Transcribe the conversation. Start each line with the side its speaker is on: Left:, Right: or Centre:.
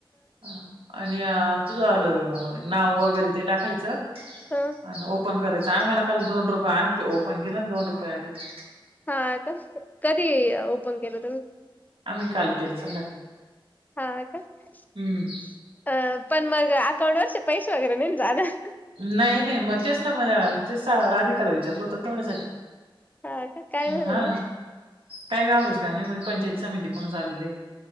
Right: ह आणि अ तुझ आलं नाव वगैरे ते टाकायचं
Left: ह
Right: आणि ओपन करायचं आम्हाला काल दोन रुपय आम ते ओपन केलं आणं दोन रुपये आलेती
Left: हा का कधी ओपन केलं तुम्ही?
Right: आम्ही काल केलं संध्याकाळी
Left: हा का अ
Right: हम्म
Left: पण मग अकाउंट वरचे पैसे वगैरे नाही ना जाणार
Right: नाही नाही म तेच ना म तेचं राधिकाला विचारलं होत तेवढ्यासाठी
Left: हा का काय
Right: हं
Left: म्हण
Right: हा
Left: मग
Right: काही घाबरायचं काम नाय म्हणे पंचायत समिती कुनच आलेले आहे ते.